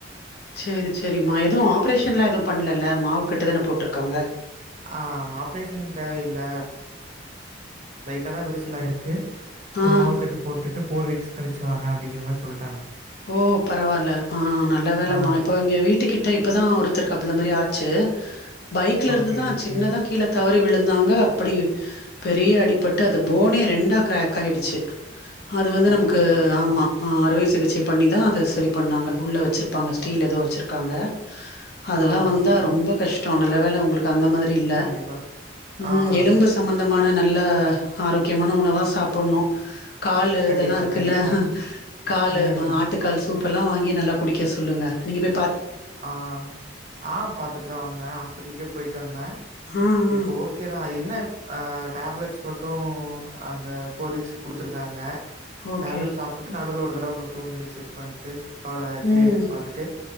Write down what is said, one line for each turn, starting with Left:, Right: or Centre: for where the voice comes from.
Left: சேரி சேரிம்மா எதுவு ஆப்ரேஷன்லா எதுவு பண்லல்ல மாவுக்கட்டு தான போட்ருக்காங்க
Right: ஆ ஆப்ரேஷன் தேவையில்ல. டென விரசலாயிருக்கு
Left: ஆ
Right: மாவுக்கட்டு போட்டுட்டு ஃபோர் வீக்ஸ் கழிச்சுவாங்க அப்டிங்கிற மாரி சொல்ட்
Left: ஓ பரவால ஆ நல்ல வேலமா
Right: ஆ
Left: இப்போ இங்க வீட்டுக்கிட்ட இப்பதா ஒருத்தர்க்கு அப்ப அதமாரி ஆச்சு பைக்ல
Right: ஓகே,
Left: இருந்துதா
Right: ஓகே.
Left: சின்னதா கீழ தவறி விழுந் ந்தாங்க அப்டி பெரிய அடிபட்டு அது போனே ரெண்டா கிராக் ஆயிடுச்சு அது வந்து
Right: அச்சச்சோ!
Left: நமக்கு ஆமா
Right: ஆ,
Left: அறுவை சிகிச் பண்ணிதா அத சரி பண்ணாங்க உள்ள வச்சிருப்பாங்க ஸ்டீல் எதோ வச்சிருக்காங்க அதெல்லா
Right: ஆ, ஆ,
Left: வந்தா
Right: ஆ.
Left: ரொம்ப கஷ்ட நல்லவேல உங்ளுக்கு அந்த மாரி இல்ல
Right: கண்டிப்பா.
Left: ம்
Right: ஆ,
Left: எலும்பு சம்பந்தமான
Right: ம்.
Left: நல்ல ஆரோக்யமான உணவா சாப்புடணு காலு
Right: கண்டிப்பா,
Left: இதெல்லா இருக்குல்ல
Right: கண்டிப்பா.
Left: காலு
Right: ம்.
Left: ஆட்டுக்கால் சூப்பெல்லா வாங்கி நல்லா குடிக்க சொல்லுங்க நீங்க போய் பா
Right: ஆ ஆ பாத்துட்டுதா வந்தே ஹாஸ்பிட்லுக்கே போய்ட்டு வந்தே
Left: ஆ ஆ
Right: இப்போ ஓகேதா இ என்னப் அ டேப்லெட்ஸ் மட்டு அந்த ஃபோர் வீக்ஸ் குடுத்துருக்காங்க
Left: ஓகே
Right: டேப்லெட் சாப்புட்டு நடுல ஒரு தரவ மட்டு வந்து செக் பண்ட்டு கால எக்ஸ்ரே
Left: ம்
Right: எடுத்து பாத்துட்டு